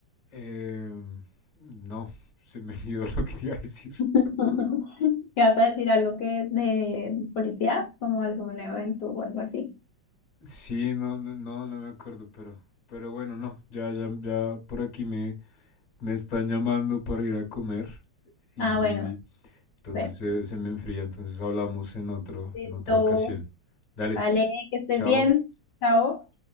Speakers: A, on the left (about 25°); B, on the left (about 65°).
A: em, no, <laughs> se me olvidó <laughs> lo que te iba a decir.
B: <laughs> ¿Qué vas a decir algo que de policía, como algún evento o algo así?
A: Sí, no, no, no, no me acuerdo, pero, pero bueno, no, ya, ya, ya por aquí me, Me están llamando para ir a comer y
B: Ah, bueno,
A: entonces
B: ve,
A: se, se me enfría, entonces hablamos en otro,
B: listo.
A: en otra ocasión. Dale,
B: Vale, que estés
A: chao.
B: bien. Chao.